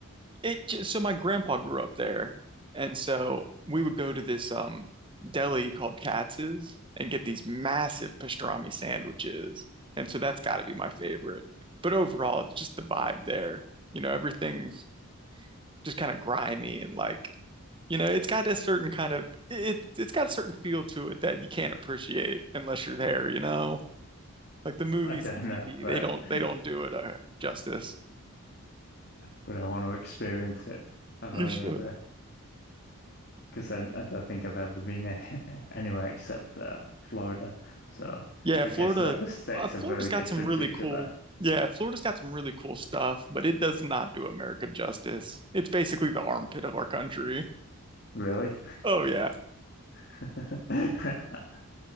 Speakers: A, on the right; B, on the left.
A: It just so my grandpa grew up there. And so we would go to this um deli called Katz's and get these massive pastrami sandwiches. And so that's got to be my favorite. But overall, it's just the vibe there. You know, everything's just kind of grimy and like you know it's got a certain kind of it it's got a certain feel to it that you can't appreciate unless you're there you know like the movies
B: I don't
A: and TV
B: know, but
A: they don't
B: <laughs>
A: they don't do it uh, justice
B: but I want to experience it. I've
A: you
B: only
A: should
B: ever, because I, I don't think I've ever been a- <laughs> anywhere except uh, Florida. So
A: yeah
B: I
A: Florida
B: guess that the states
A: uh, Florida's
B: are very
A: got
B: different
A: some really
B: to each
A: cool
B: other,
A: yeah Florida's got some really cool stuff but it does not do America justice it's basically the armpit of our country
B: really.
A: oh yeah
B: <laughs>